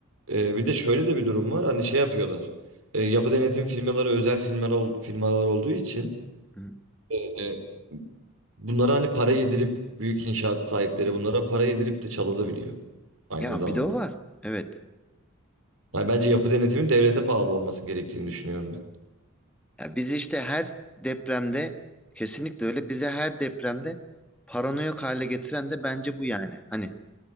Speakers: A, on the right (about 70°); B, in the centre.
A: Ee, bir de şöyle de bir durum var. Hani şey yapıyorlar. Ee, yapı denetim firmaları özel firmalar, ol- firmalar olduğu için
B: hı,
A: e, bunlara hani para yedirip büyük inşaat sahipleri bunlara para yedirip de çalabiliyor aynı
B: ya
A: zamanda.
B: bir de o var. Evet.
A: Yani bence yapı denetimin devlete bağlı olması gerektiğini düşünüyorum ben.
B: Ya biz işte her depremde kesinlikle öyle bize her depremde paranoyak hale getiren de bence bu yani. Hani